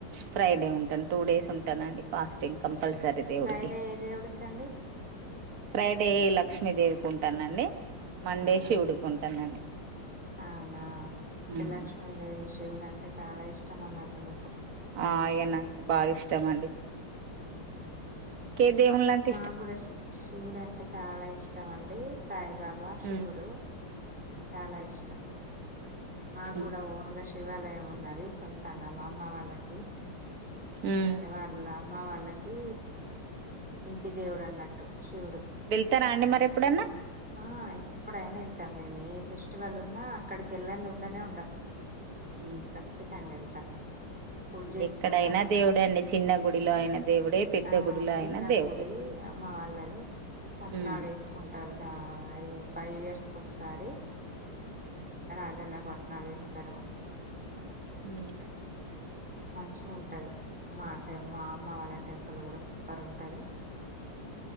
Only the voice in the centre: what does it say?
ఫ్రైడే ఏ దేవుడికండి
ఆహా
అవునా అంటే
లక్ష్మీదేవి శివుడు అంటే చాలా ఇష్టం అన్నట్టు మీకు.
ఉమ్.
మాకు కూడా శి శివుడు అంటే చాలా ఇష్టం అండి. సాయిబాబా శివుడు.
చాలా ఇష్టం. మాకు
కూడా ఓన్గా శివాలయం ఉన్నది సొంతంగా మా అమ్మ వాళ్ళకి.
ఇగ వాళ్ళ అమ్మ వాళ్ళకి ఇంటి దేవుడు అన్నట్టు శివుడు.
ఆహ్ ఎప్పుడైనా వెళ్తాం మేము ఏ ఫెస్టివల్ ఉన్న అక్కడికి వెళ్ళంది ఉండనే ఉండం.
కచ్చితంగా ఎల్తామ్. పూజ చేసుకుంటాం
అక్కడ
ఆహ్
చిన్న
గుడి. అమ్మ వాళ్ళది పట్నాలు
వేసుకుంటారు. దా ఇగ ఫైవ్ ఇయర్స్ కి ఒకసారి. రాజన్న పట్నాలు వేస్తారు.
మంచిగుంటది మా అంటే మ. అమ్మ వాళ్ళ టెంపుల్ కూడా సూపర్ ఉంటది.